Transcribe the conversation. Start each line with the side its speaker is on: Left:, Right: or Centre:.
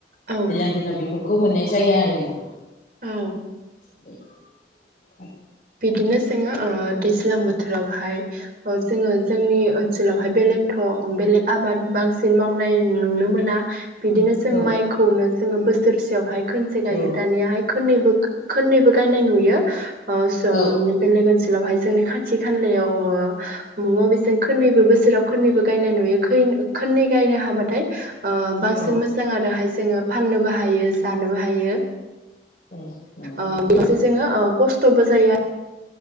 Right: औ
Left: दैज्लां दिनाव बेफोरखौ मोननाय जाया आरोना
Right: औ
Left: बे <unintelligible>
Right: बिदिनो जोङो ओ दैज्लां बोथ थोरावहाय जोङो जोंनि ओनसोलावहाय बेलेगथ बेलेग आबाद बांसिन मावनाय नुनो मोना बिदिनो जों
Left: औ
Right: माइखौनो जोङो बोसोरसेयावहाय खनसे गायो
Left: औ
Right: दानियााहाय खनैबो खननैबो गायनाय नुयो ओ ओम
Left: औ
Right: बेलेग ओनसोलाव हाय जोंनि खाथि खानलायाव वो मबेजों खोननैबो बोसोराव खोननैबो गायनाय नुयो खैन-खोननै गायनो हाबाथाय ओ बांसिन
Left: औ
Right: मोजां आरोहाय जोङो फाननोबो हायो जानोबो हायो हायो।
Left: औ नंगौ
Right: ओ बेनोसै जोङो ओ खस्थबो जायो आ